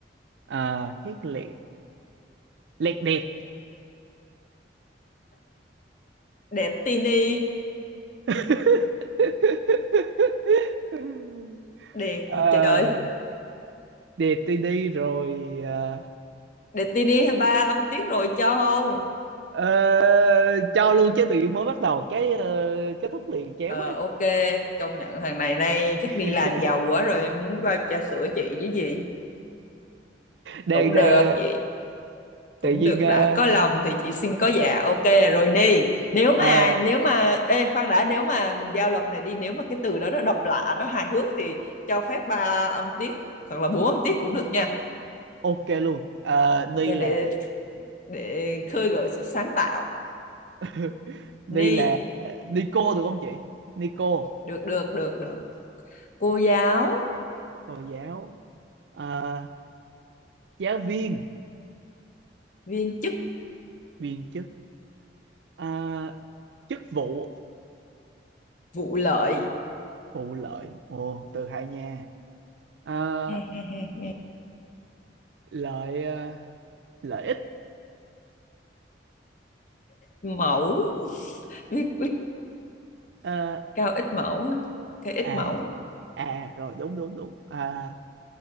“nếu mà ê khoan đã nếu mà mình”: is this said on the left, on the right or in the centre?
Left